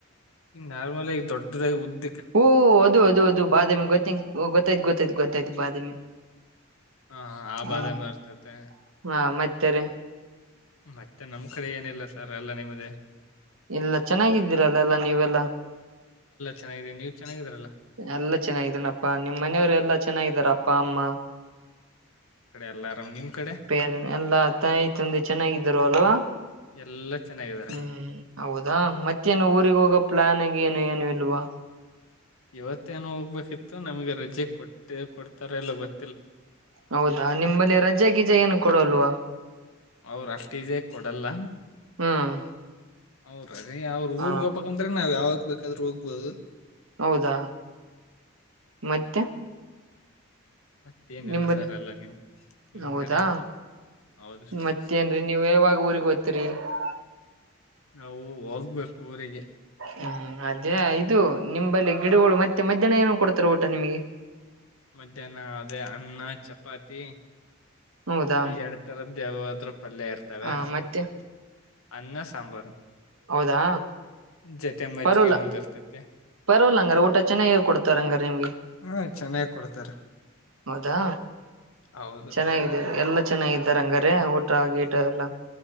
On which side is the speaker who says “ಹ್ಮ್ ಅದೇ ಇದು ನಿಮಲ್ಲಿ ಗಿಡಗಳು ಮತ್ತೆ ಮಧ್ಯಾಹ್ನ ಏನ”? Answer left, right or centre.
Right